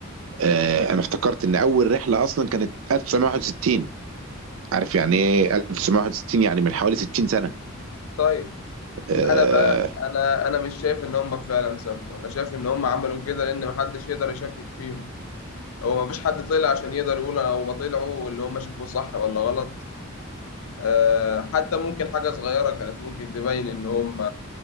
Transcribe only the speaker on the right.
آه، انا افتكرت ان اول رحله اصلا كانت 1961 عارف يعني ايه 1961 يعني من حوالي 60 سنه
آه،